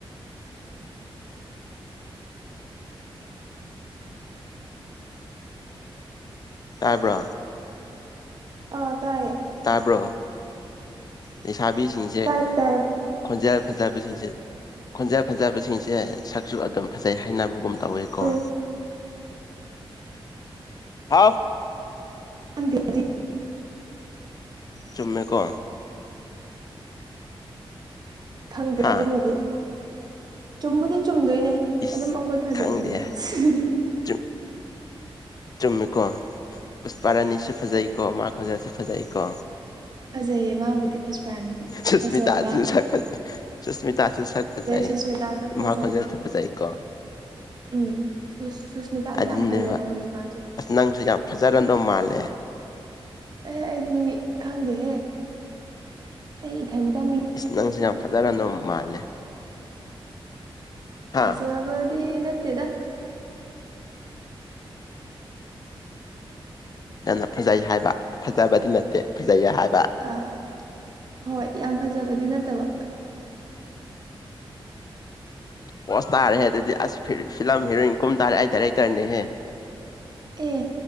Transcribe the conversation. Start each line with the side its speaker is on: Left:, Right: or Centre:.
Left: ꯇꯥꯕ꯭ꯔꯣ
Right: ꯑ ꯇꯥꯏꯌꯦ
Left: ꯇꯥꯕ꯭ꯔꯣ ꯂꯩꯁꯥꯕꯤꯁꯤꯡꯁꯦ
Right: ꯇꯥꯏ ꯇꯥꯏꯌꯦ
Left: ꯈꯣꯟꯖꯦꯜ ꯐꯖꯕꯁꯤꯡꯁꯦ ꯈꯣꯟꯖꯦꯜ ꯐꯖꯕꯁꯤꯡꯁꯦ ꯁꯛꯁꯨ ꯑꯗꯨꯝ ꯐꯖꯩ ꯍꯥꯏꯅꯕꯒꯨꯝ ꯇꯧꯋꯦꯀꯣ
Right: ꯎꯝ <unintelligible>
Left: ꯍꯥꯎ
Right: ꯈꯪꯗꯦ ꯑꯩꯗꯤ
Left: ꯆꯨꯝꯃꯦꯀꯣ
Right: ꯈꯪꯗꯦ
Left: ꯍꯥ
Right: ꯑꯗꯨꯃꯗꯤ ꯆꯨꯝꯕꯨꯗꯤ ꯆꯨꯝꯗꯣꯏꯅꯦ
Left: ꯏꯁ
Right: ꯑꯗꯨꯝ ꯑꯩꯈꯣꯏ ꯐꯖꯕꯅꯤꯅ
Left: ꯈꯪꯗꯦ
Right: ꯑꯁ <unintelligible>
Left: ꯆꯨꯝ ꯆꯨꯝꯃꯦꯀꯣ ꯄꯨꯁꯄꯔꯥꯅꯤꯁꯨ ꯐꯖꯩꯀꯣ ꯃꯥ ꯈꯣꯟꯖꯦꯜꯁꯨ ꯐꯖꯩꯀꯣ
Right: ꯐꯖꯩꯌꯦ ꯃꯥꯕꯨꯗꯤ ꯄꯨꯁꯄꯔꯥꯅꯤꯗꯤ
Left: ꯁꯨꯁꯃꯤꯇꯥꯁꯨ
Right: ꯐꯖꯕ
Left: ꯁꯛ ꯐꯖꯩ ꯁꯨꯁꯃꯤꯇꯥꯁꯨ ꯁꯛ ꯐꯖꯩ
Right: ꯁꯨꯁꯃꯤꯇꯥꯁꯨ ꯐꯖꯩ
Left: ꯃꯥ ꯈꯣꯟꯖꯦꯜꯁꯨ ꯐꯖꯩꯀꯣ
Right: ꯎꯝ ꯁꯨꯁ ꯁꯨꯁꯃꯤꯇꯥꯗꯤ
Left: ꯑꯗꯨꯅꯦꯕ
Right: ꯌꯥꯝ ꯐꯖꯔꯦ ꯍꯧꯖꯤꯛꯀꯥꯟꯖ‌ꯦ
Left: ꯑꯁ ꯅꯪꯁꯨ ꯌꯥꯝ ꯐꯖꯔꯝꯗꯧ ꯃꯥꯜꯂꯦ
Right: ꯑꯦ ꯑꯩꯗꯤ ꯈꯪꯗꯦꯍꯦ ꯑꯩ ꯏꯊꯟꯇ ꯃꯤꯡ
Left: ꯏꯁ ꯅꯪꯁꯨ ꯌꯥꯝ ꯐꯖꯔꯝꯗ‌ꯣ ꯃꯥꯜꯂꯦ ꯍꯥ
Right: ꯐꯖꯕꯗꯤ ꯅꯠꯇꯦꯗꯥ
Left: ꯅꯪꯅ ꯐꯖꯩ ꯍꯥꯏꯕ ꯐꯖꯕꯗꯤ ꯅꯠꯇꯦ ꯐꯖꯩ ꯍꯥꯏꯕ
Right: ꯑꯥ ꯍꯣꯏ ꯌꯥꯝ ꯐꯖꯕꯗꯤ ꯅꯠꯇꯕ
Left: ꯄꯣꯁ ꯇꯥꯔꯦ ꯑꯗꯨꯗꯤ ꯑꯁ ꯐꯤꯂꯝ ꯍꯦꯔꯣꯏꯟ ꯀꯨꯝ ꯇꯥꯔꯦ ꯑꯩ ꯗꯥꯏꯔꯦꯛꯇꯔꯅꯦꯍꯦ
Right: ꯑꯦ